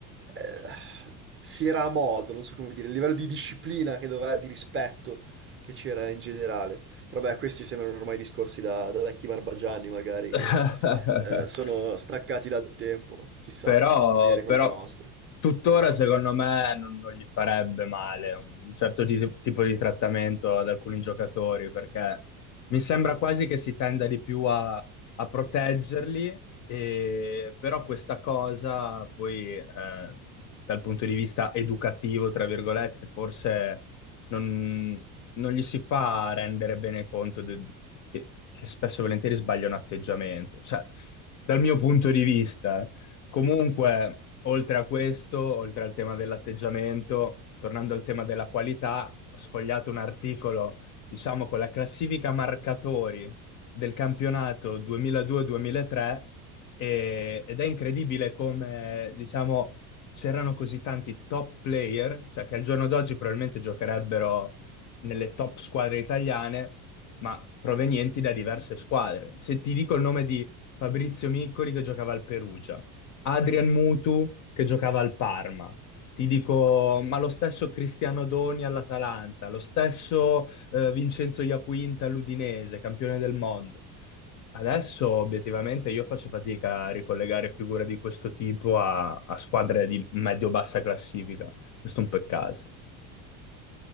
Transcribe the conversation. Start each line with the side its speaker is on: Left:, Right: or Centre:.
Right: eh, si era a modo, non so come dire, il livello di disciplina che doveva, di rispetto che c'era in generale. Però beh, questi sembrano ormai discorsi da, da vecchi barbagianni, magari,
Left: <laughs>
Right: che eh, sono staccati dal tempo. Chissà,
Left: Però,
Right: magari è
Left: però
Right: colpa nostra.
Left: tuttora secondo me non, non gli farebbe male un certo ti- tipo di trattamento ad alcuni giocatori, perché mi sembra quasi che si tenda di più a, a proteggerli, e, però questa cosa poi eh, dal punto di vista educativo, tra virgolette, forse non, non gli si fa rendere bene conto de- che, che spesso e volentieri sbaglia un atteggiamento. Cioè, dal mio punto di vista... Comunque, oltre a questo, oltre al tema dell'atteggiamento, tornando al tema della qualità, ho sfogliato un articolo, diciamo, con la classifica marcatori del campionato 2002-2003 e- ed è incredibile come, diciamo, c'erano così tanti top player, cioè che al giorno d'oggi probabilmente giocherebbero nelle top squadre italiane, ma provenienti da diverse squadre. Se ti dico il nome di... Fabrizio Miccoli che giocava al Perugia. Adrian Mutu che giocava al Parma. Ti dico, ma lo stesso Cristiano Doni all'Atalanta, lo stesso eh, Vincenzo Iaquinta all'Udinese, campione del mondo. Adesso obiettivamente io faccio fatica a ricollegare figure di questo tipo a, a squadre di medio-bassa classifica. Questo è un peccato.